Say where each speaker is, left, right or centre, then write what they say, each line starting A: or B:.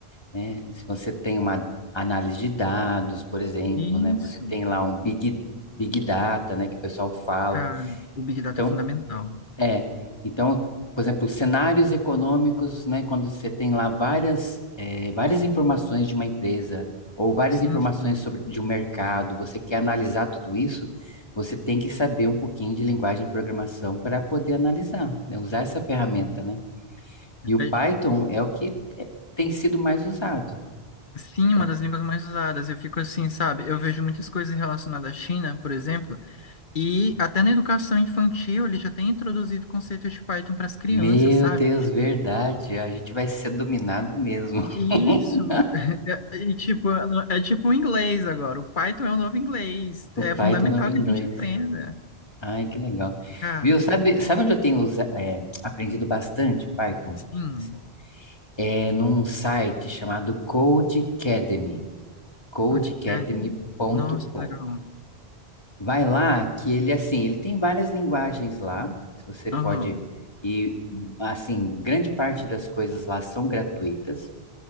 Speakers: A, on the left; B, on the left.
A: né? Se você tem uma análise de dados, por exemplo,
B: isso,
A: né, você tem lá um big, big data, né, que o pessoal fala.
B: cara, o Big Data
A: Então,
B: é fundamental.
A: é, então, por exemplo, cenários econômicos, né, quando você tem lá várias, eh, várias informações de uma empresa ou várias
B: Sim,
A: informações
B: sim.
A: sobre de um mercado, você quer analisar tudo isso, você tem que saber um pouquinho de linguagem de programação para poder analisar, né, usar essa ferramenta, né? E o
B: É,
A: Python é o que eh, tem sido mais usado.
B: Sim,
A: Então,
B: uma das línguas mais usadas. Eu fico assim, sabe? Eu vejo muitas coisas relacionadas à China, por exemplo. E até na educação infantil, ele já tem introduzido conceitos de Python para as crianças,
A: Meu
B: sabe?
A: Deus, verdade, a gente vai ser dominado mesmo.
B: Isso.
A: <laughs>
B: <laughs> E, tipo, é tipo o inglês agora. O Python é o novo inglês.
A: O
B: É
A: Python
B: fundamental
A: não vem
B: que
A: inglês.
B: a gente aprenda.
A: Ai, que legal.
B: Cara,
A: Viu, sabe, sabe onde eu tenho usa- é, aprendido bastante Python?
B: sim.
A: Assim, é num site chamado Codecademy, codecademy.com.
B: Codecademy. Nossa, que legal.
A: Vai lá que ele, assim, ele tem várias linguagens lá, se você pode,
B: Aham.
A: e, assim, grande parte das coisas lá são gratuitas,